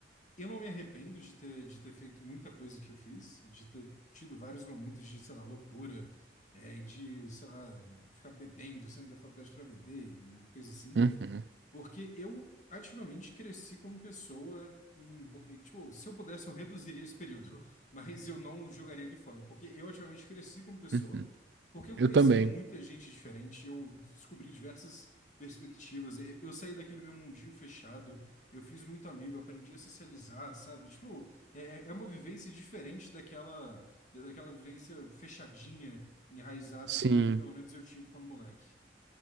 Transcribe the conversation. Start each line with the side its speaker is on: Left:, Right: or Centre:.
Left: eu não me arrependo de ter, de ter feito muita coisa que eu fiz, de ter tido vários momentos de, sei lá, loucura, é, e de, sei lá, ficar bebendo, saindo da faculdade para beber e coisa assim.
Right: Uhum.
Left: Porque eu ativamente cresci como pessoa. hum, bo- e, Tipo, se eu pudesse, eu reduziria esse período, <laughs> mas eu não jogaria ele fora. Porque eu ativamente cresci como pessoa,
Right: Uhum.
Left: porque eu conheci
Right: Eu também.
Left: muita gente diferente, eu descobri diversas perspectivas. e- Eu saí daquele meu mundinho fechado, eu fiz muito amigo, aprendi a socializar, sabe? Tipo, é, é é uma vivência diferente daquela, daquela vivência fechadinha, enraizada
Right: Sim.
Left: que, que pelo menos eu tive quando moleque.